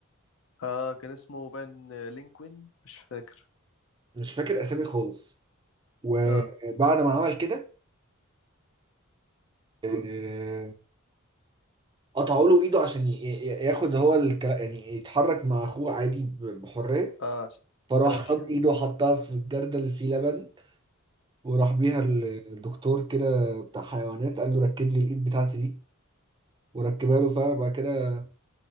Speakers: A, on the left (about 65°); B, on the right (about 20°).
A: اه كان اسمه بان لينكوين مش فاكر
B: مش فاكر اسامي خالص وبعد
A: اه
B: ما عمل كده آه، قطعوا له ايده عشان ي- ي- ياخد هو الكلا- يعني يتحرك مع اخوه عادي ب- بحريه
A: اه عشان ما
B: فراح
A: كلبش
B: خد
A: يعني
B: ايده وحطها في الجردل اللي فيه لبن وراح بيها الدكتور كده بتاع حيوانات قال له ركب لي الايد بتاعتي دي وركبها له فعلا بعد كده